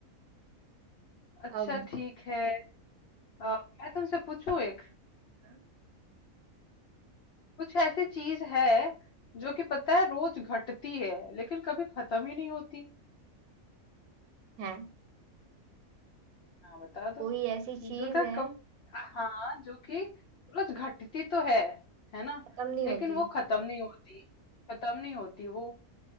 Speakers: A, on the left (about 60°); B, on the right (about 85°).
A: अच्छा
B: अब
A: ठीक है अ, मैं तुमसे पूछूं एक
B: हाँ।
A: कुछ ऐसी चीज है जो कि पता है रोज घटती है लेकिन कभी खत्म ही नहीं होती
B: है
A: हाँ बता
B: कोई
A: दो
B: ऐसी चीज
A: जो कि
B: है
A: कब हाँ जो कि रोज घटती तो है है ना
B: खत्म नहीं
A: लेकिन
B: होती
A: वो खत्म नहीं होती खत्म नहीं होती वो